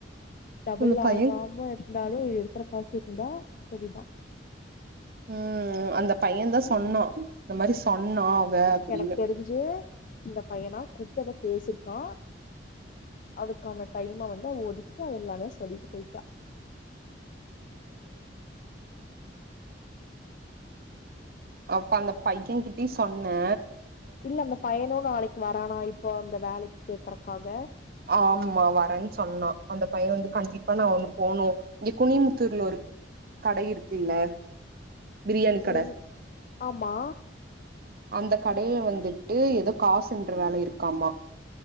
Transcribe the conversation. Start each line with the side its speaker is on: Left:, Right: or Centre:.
Left: டபுள்
Right: அந்த பைய
Left: ஆகாம இருந்தாலு இருக்குற காசு இருந்தா சரிதா
Right: ம் அந்த பையன்தா சொன்னா இந்த மாரி சொன்னா அப்டின்னு
Left: எனக்கு தெரிஞ்சு இந்த பையனா குட்டத பேசிருக்கா அதுக்கான டைம வந்து அவ ஒதுக்கி அவ எல்லாமே சொல்லிட்டு போயிட்டா
Right: அப்ப அந்த பையன் கிட்டயு சொன்ன
Left: இல்ல அந்த பையனு நாளைக் கு வரானா இப்போ அந்த வேலைக்கு கேக்குறக்காக
Right: ஆமா வரனு சொன்னா அந்த பைய வந்து கண்டிப்பா நா ஒண்ணு போனு இங்க குனிமுத்தூர்ல ஒரு கடை இருக்குல்ல பிரியாணி
Left: சேரி
Right: கட
Left: ஆமா
Right: அந்த கடைல வந்துட்டு ஏதோ காசு எண்ற வேலை இருக்காமா